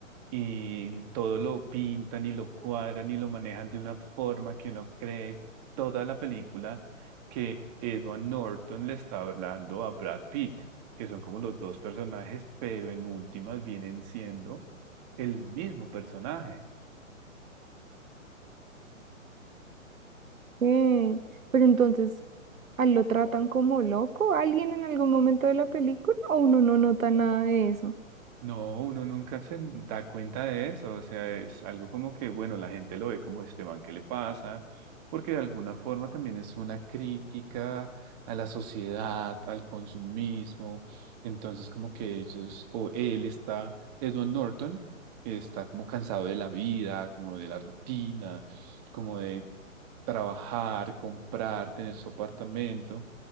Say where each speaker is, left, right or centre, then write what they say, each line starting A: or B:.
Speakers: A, on the right (about 30°); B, on the right (about 80°).
A: y todo lo pintan y lo cuadran y lo manejan de una forma que uno cree toda la película que Edward Norton le está hablando a Brad Pitt, que son como los dos personajes, pero en últimas vienen siendo el mismo personaje.
B: Ok, Pero entonces, ¿a lo tratan como loco a alguien en algún momento de la película o uno no nota nada de eso?
A: No, uno nunca se da cuenta de eso, o sea, es algo como que, bueno, la gente lo ve como este man, ¿qué le pasa? Porque de alguna forma también es una crítica a la sociedad, al consumismo, entonces como que ellos, o él está, Edward Norton, está como cansado de la vida, como de la rutina, como de trabajar, comprar, tener su apartamento